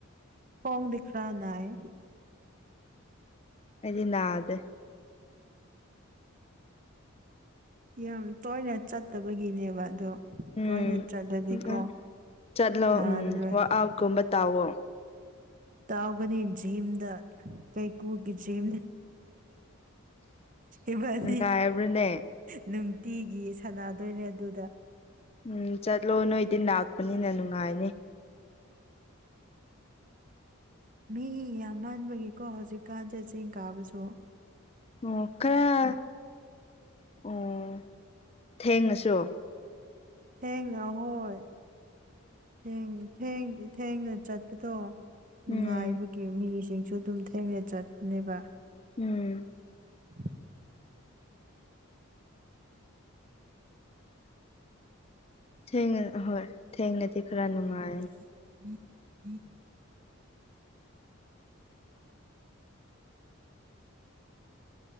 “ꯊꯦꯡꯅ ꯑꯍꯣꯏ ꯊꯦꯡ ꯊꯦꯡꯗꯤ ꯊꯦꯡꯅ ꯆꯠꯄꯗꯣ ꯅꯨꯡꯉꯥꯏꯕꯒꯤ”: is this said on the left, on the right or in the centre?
Right